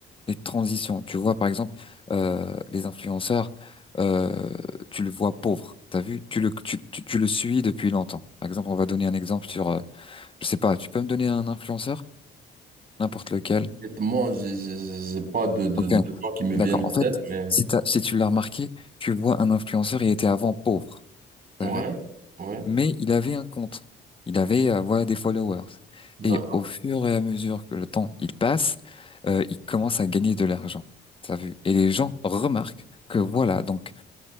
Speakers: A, on the left; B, on the right.
A: les transitions. Tu vois par exemple euh, les influenceurs, euh, tu le vois pauvre. T'as vu? Tu le tu, tu tu le suis depuis longtemps. Par exemple, on va donner un exemple sur euh, je sais pas. Tu peux me donner un influenceur, n'importe lequel.
B: Honnêtement, j'ai j'ai- j'ai- pas de, de,
A: Ok,
B: de gens qui me
A: d'accord.
B: viennent en
A: En fait,
B: tête, mais
A: si t'as, si tu l'as remarqué, tu vois un influenceur, il était avant pauvre. T'as
B: ouais,
A: vu?
B: ouais.
A: mais il avait un compte. Il avait euh, voilà des followers.
B: D'accord.
A: Et au fur et à mesure que le temps il passe, euh, il commence à gagner de l'argent. T'as vu? Et les gens remarquent que voilà, donc